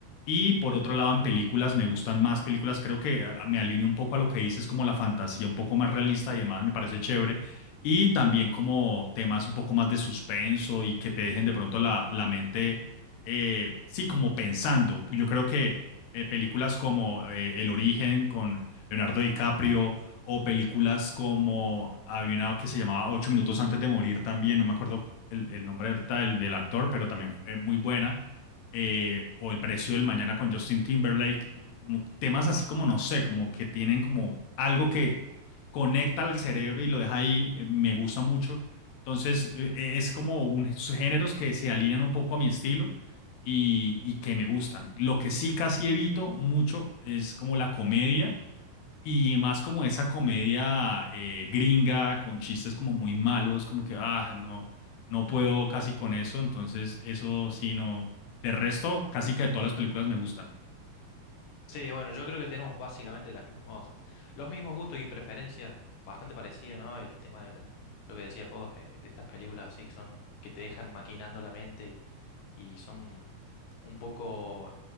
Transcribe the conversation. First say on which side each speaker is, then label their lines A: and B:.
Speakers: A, on the left (about 85°); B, on the left (about 70°).
A: Y por otro lado, en películas me gustan más películas, creo que ah, me alineo un poco a lo que dices, como la fantasía un poco más realista y demás, me parece chévere. Y también como temas un poco más de suspenso y que te dejen de pronto la, la mente, eh, sí, como pensando. Yo creo que eh, películas como eh, El Origen con Leonardo DiCaprio, o películas como había una que se llamaba Ocho minutos antes de morir también, no me acuerdo el, el nombre ahorita del, del actor, pero también es muy buena, eh, o El precio del mañana con Justin Timberlake, como temas así como, no sé, como que tienen como algo que conecta al cerebro y lo deja ahí, eh, me gusta mucho. Entonces, eh, eh, es como unos géneros que se alinean un poco a mi estilo y, y que me gustan. Lo que sí casi evito mucho es como la comedia y más como esa comedia eh, gringa con chistes como muy malos, como que, ah, no, no puedo casi con eso. Entonces, eso sí, no. De resto, casi que todas las películas me gustan.
B: Sí, bueno, yo creo que tenemos básicamente las mismos, los mismos gustos y preferencias, bastante parecido, ¿no? El tema de la, lo que decías vos, eh, de estas películas así que son, que te dejan maquinando la mente y, y son un poco